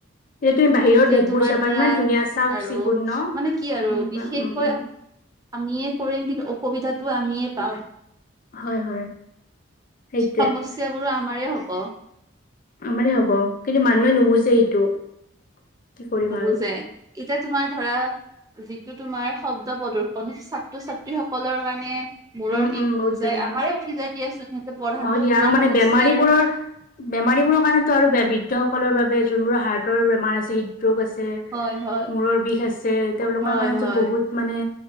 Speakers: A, on the left; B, on the right.
A: সেইটোৱে বাহিৰৰ
B: এতিয়া
A: দেশবোৰ
B: তোমাৰ
A: চাবা
B: ধৰা
A: ইমান ধুনীয়া চাফ
B: আৰু
A: চিকুণ ন অ
B: মানে কি আৰু
A: সেনেকুৱা
B: বিশেষকৈ
A: উম উম।
B: আমিয়ে কৰিম কিন্তু অসুবিধাটো আমিয়ে পাও।
A: হয় হয়। সেইটোৱে
B: সমস্যাবোৰো আমাৰে হব।
A: আমাৰে হ'ব কিন্তু মানুহে নুবুজে সেইটো। কি কৰিবা
B: নুবুজে
A: আৰু
B: এতিয়া তোমাৰ ধৰা যিটো তোমাৰ শব্দ প্ৰদূষণ ছাত্ৰ ছাত্ৰী সকলৰ কাৰণে মূৰৰ
A: উম
B: বিষ
A: উম
B: উঠি
A: বহুত
B: যায়,
A: বেয়া হয়
B: আমাৰে উঠি যায় দিয়াচোন সিহঁতে পঢ়াটো
A: হয় দিয়া
B: তোমাৰ
A: আৰু মানে
B: সমস্যা
A: বেমাৰীবোৰৰ বেমাৰীবোৰৰ কাৰণেটো আৰু বেয়া, বৃদ্ধ সকলৰ বাবে যোনবোৰ হাৰ্টৰ বেমাৰ আছে, হৃদৰোগ আছে।
B: হয় হয়
A: মূৰৰ বিষ আছে তেওঁলোকৰ
B: হয়
A: কাৰণতো
B: হয়
A: বহুত মানে